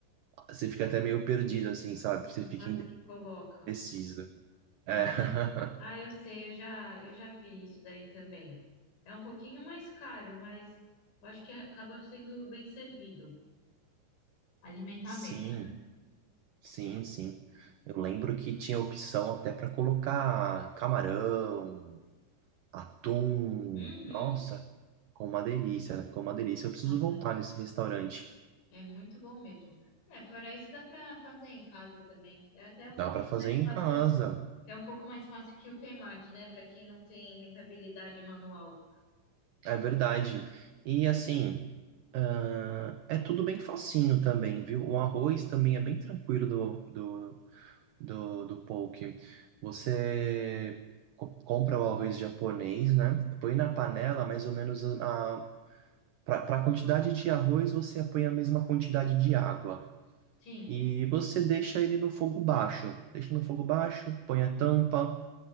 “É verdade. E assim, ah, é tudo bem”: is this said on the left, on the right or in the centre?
Right